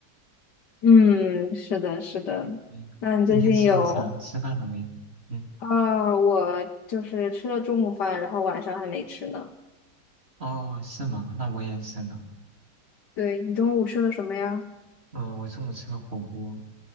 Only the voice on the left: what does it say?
嗯，是的，是的。
那你最近有
啊？我就是吃了中午饭，然后晚上还没吃呢。
对，你中午吃了什么呀？